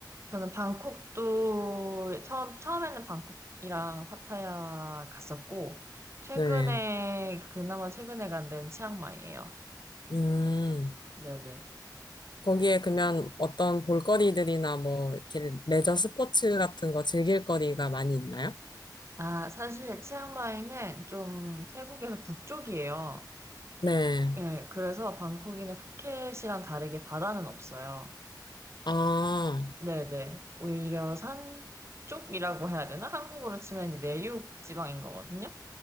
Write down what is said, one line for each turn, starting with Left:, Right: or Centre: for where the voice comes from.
Right: 저는 방콕도 처음 처음에는 방콕이랑 파타야 갔었고 최근에
Left: 네.
Right: 그나마 최근에 간 데는 치앙마이예요.
Left: 음.
Right: 네네.
Left: 거기에 그러면 어떤 볼거리들이나 뭐 이렇게 레저 스포츠 같은 거 즐길 거리가 많이 있나요?
Right: 아, 사실 치앙마이는 좀 태국에서 북쪽이에요.
Left: 네.
Right: 예, 그래서 방콕이의 푸켓이랑 다르게 바다는 없어요.
Left: 아,
Right: 네네. 오히려 산 쪽이라고 해야 되나? 한국으로 치면 이제 내륙 지방인 거거든요.